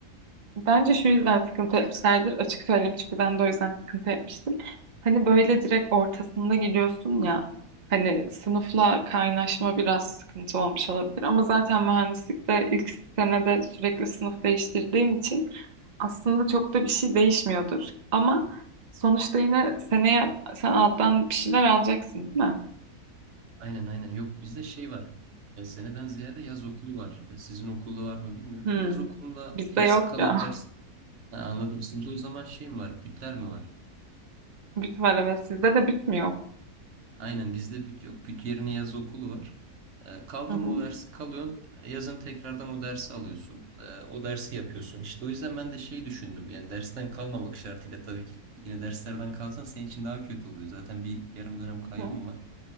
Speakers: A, on the right; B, on the right.
A: Bence şu yüzden sıkıntı etmişlerdir. Açık söyleyeyim çünkü ben de o yüzden sıkıntı etmiştim. Hani böyle direkt ortasında gidiyorsun ya. Hani sınıfla kaynaşma biraz sıkıntı olmuş olabilir. Ama zaten mühendislikte ilk senede sürekli sınıf değiştirdiğim için aslında çok da bir şey değişmiyordur. Ama sonuçta yine seneye sen alttan bir şeyler alacaksın değil mi?
B: Aynen aynen. Yok bizde şey var. E, seneden ziyade yaz okulu var. E, sizin okulda var mı bilmiyorum.
A: Hmm.
B: Yaz okulunda
A: Bizde
B: eksik
A: yok
B: kalan
A: ya.
B: ders Ha, anladım. Sizde o zaman şey mi var? Bütler mi var?
A: <laughs> Büt var evet. Sizde de büt mü yok?
B: Aynen bizde büt yok. Büt yerine yaz okulu var. E, kaldı
A: Hı hı.
B: mı o dersi kalıyorsun. E, Yazın tekrardan o dersi alıyorsun. E, o dersi yapıyorsun. İşte o yüzden ben de şey düşündüm. Yani dersten kalmamak şartıyla tabii ki. Yine derslerden kalsan senin için daha kötü oluyor. Zaten bir yarım dönem kaybın
A: Hı hı.
B: var.